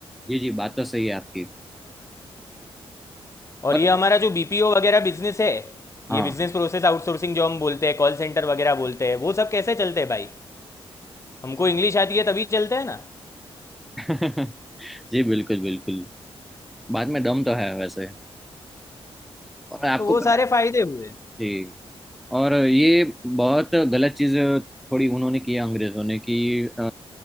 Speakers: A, in the centre; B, on the left.
A: जी जी बात तो सही है आपकी
B: और
A: और
B: ये हमारा जो बीपीओ वगैरह बिजनेस है
A: हाँ
B: ये बिजनेस प्रोसेस आउटसोर्सिंग जो हम बोलते हैं कॉल सेंटर वगैरह बोलते हैं वो सब कैसे चलते हैं भाई हमको इंग्लिश आती है तभी चलते हैं ना
A: <laughs> जी बिल्कुल बिल्कुल बात में दम तो है वैसे और आपको
B: तो वो
A: पता
B: सारे
A: है
B: फ़ायदे हुए
A: जी और ये बहुत गलत चीज थोड़ी उन्होंने की है अंग्रेजों ने कि अ,